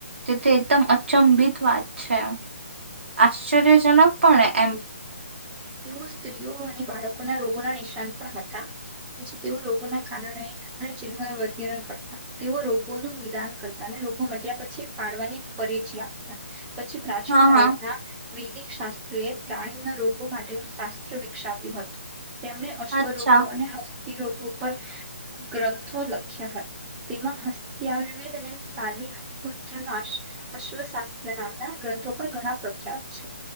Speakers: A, on the right; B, on the right.
A: તેથી એકદમ અચંભિત વાત છે એમ આશ્ચર્ય જનક પણણે એમ
B: તેઓ સ્ત્રીઓ અને બાળકોના રોગોના નિશાન પણ હતા પછી તેઓ રોગોના કારણે અને ચિનો વર્ગીરણ કરતા તેઓ રોગોનું નિદાન કરતા અને રોગો મટ્યા પછી પાડવાની પરેચ આપતા પછી પ્રાચીન
A: હા
B: ભારતના
A: હા
B: વૈદિક શાસ્ત્રએ પ્રાણીઓના રોગો માટ ટે શાસ્ત્ર વિકક્ષાવ્યું હતું. તેમને અશ્વરોગો
A: અચ્છા
B: અને હસ રોગો પર ગ્રંથો લખ્યા હતા. તેમાં હસ્ત આયુર્વેદ અને શલીત્ર અશ્વશાસ્ત્ર નામના ગ્રંથો પણ ઘણા પ્રખ્યાત છે.